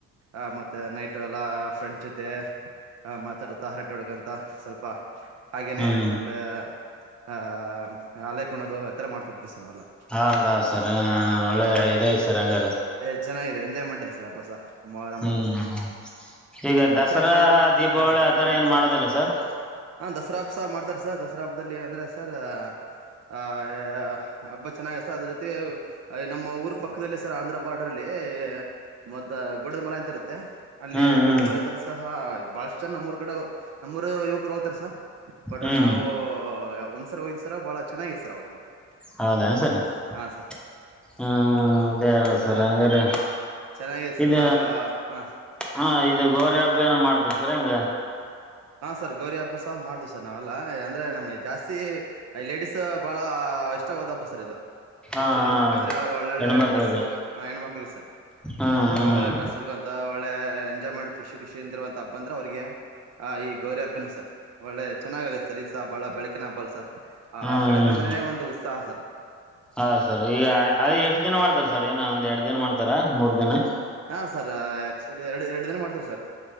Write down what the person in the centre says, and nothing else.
ಹ್ಮ್
ಹೌದ್ ಸರ್ ಒಳ್ಳೆ
ಇದೇ ಸರ್ ಹಂಗಾರ
ಹ್ಮ್
ಹ್ಮ್ ಈಗ ದಸರಾ
ದೀಪಾವಳಿ
ಆಥರ ಏನು ಮಾಡೋದಿಲ್ಲ ಸರ್
ಹ್ಮ್ ಹ್ಮ್
ಹ್ಮ್
ಹೌದಾ ಸರ್ ಹ
ಅದೇ ಸರ್
ಹಾಗಂದ್ರೆ
ಇದ
ಹಾ ಇದು ಗೌರಿ ಹಬ್ಬ ಏನ ಮಾಡ್ತಾರ ಸರ್ ಹಂಗ
ಹಾ
ಹಾ
ಹೆಣ್ಮಕ್ಳಿಗೆ
ಹ್ಮ್
ಹ್ಮ್
ಹ್ಮ್
ಹಾ ಸರ್ ಈಗ ಅದ ಎಷ್ಟು ದಿನ ಮಾಡ್ತಾರ ಸರ್ ಏನ ಒಂದ್ ಎರಡು ದಿನ ಮಾಡ್ತಾರ ಮೂರ್ ದಿನ